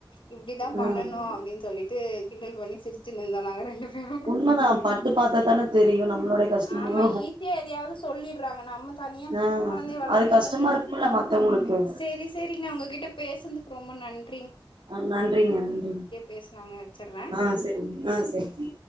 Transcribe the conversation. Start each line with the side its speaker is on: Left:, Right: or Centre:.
Left: இப்பிடி தான்
Right: ஆ
Left: பண்ணனும் அப்பிடின்னு சொல்லிட்டு கிண்டல் பண்ணி சிரிச்சுனு இருந்தோம் நாங்க ரெண்டு பேரு
Right: உண்மதான் பட்டு பாத்தா தான தெரியும் நம்மளோடைய கஷ்டமும்
Left: ஆமா எதையாவது சொல்லிடுறாங்க நம்ம தனியா
Right: ஆ
Left: கொழந்தய வளர்க்கும்
Right: அது
Left: போது
Right: கஷ்டமா இருக்கும்ல மத்தவங்களுக்கு
Left: செரி செரி நீங்க உங்ககிட்ட பேசுனதுக்கு ரொம்ப நன்
Right: ஆஹ் நன்றிங்க நன்றிங்க
Left: பேசலாங்க வச்சர்றே
Right: ஆஹ் சரிங்க ஆஹ் சரி